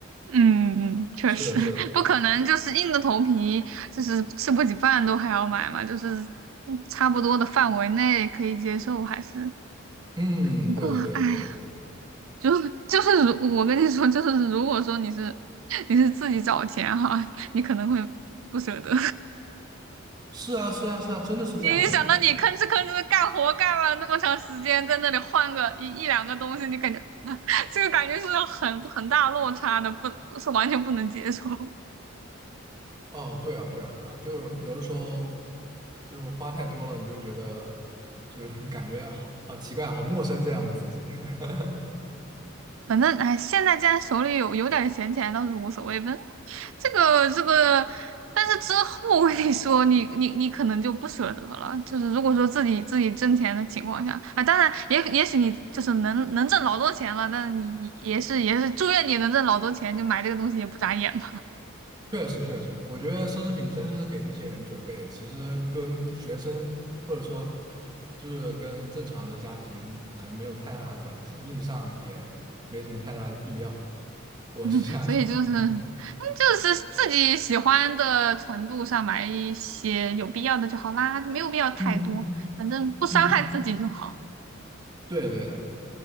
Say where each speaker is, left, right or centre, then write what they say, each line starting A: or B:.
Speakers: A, on the right; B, on the right.
A: 嗯嗯，确实
B: 是的，
A: <laughs>
B: 是的。
A: 不可能，就是硬着头皮，就是吃不起饭都还要买嘛，就是嗯差不多的范围内可以接受，还是
B: 嗯，
A: 不过，
B: 对的，对的，
A: 哎呀，
B: 对的，
A: 如就是如我跟你说，就是如果说你是 <laughs> 你是自己找钱哈，你可能会不舍得，
B: 是啊，是啊，是啊，真的是这样的，
A: <laughs> 你一想到你吭哧吭哧干活干了那么长时间，
B: 就是
A: 在那里换个一一两个东西，你感觉 <laughs> 这个感觉是很很大落差的，不是完全不能接受。
B: 哦，对啊，对啊，对啊，就是有的时候就是花太多了，你就觉得就是 <laughs> 感觉好好奇怪，好陌生这样的自己。<laughs>
A: 反正哎，现在既然手里有有点闲钱倒是无所谓，反正这个这个，但是之后我跟你说，你你你可能就不舍得了。就是如果说自己自己挣钱的情况下，啊，当然也也许你就是能能挣老多钱了，但是你你也是也是祝愿你能挣老多钱，就买这个东西也不眨眼嘛。
B: 确实，确实，我觉得奢侈品真是给那些人准备的，其实跟学生或者说就是跟正常的家庭可能没有太大的关系，硬上也没什么太大的必要，我是这样想的
A: <laughs> 所以就是嗯就是自己喜欢的程度上买一些有必要的就好啦，就没有必要太多，
B: 嗯
A: 反正不伤害自己就好。
B: 嗯，对的对的，